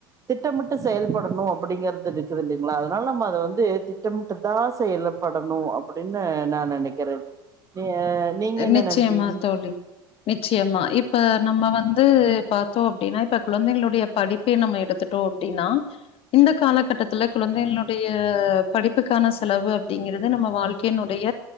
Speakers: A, on the right (about 25°); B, on the left (about 50°).
A: திட்டமிட்டு செயல்படணு அப்படிங்கறது இருக்குதில்லைங்ளா அதுனால நம்ம அத வந்து திட்டம் ட்டு தா செயல படணு அப்டின்னு நா நெனக்கிறேன் நீ நீங்க என்ன
B: நிச்சயமா
A: நெனைக்கிறீங்க
B: தோழி நிச்சயமா இப்ப நம்ம வந்து பாத்தோ அப்டின்னா இப்ப குழந்தைகளுடைய படிப் ப்பே நம்ம எடுத்துட்டோ அப்டின்னா இந்த காலகட்டத்துல குழந்தைகளுடைய படிப்புக்கான செலவு அப்டிங்கறது நம்ம வாழ்க் கைனுடைய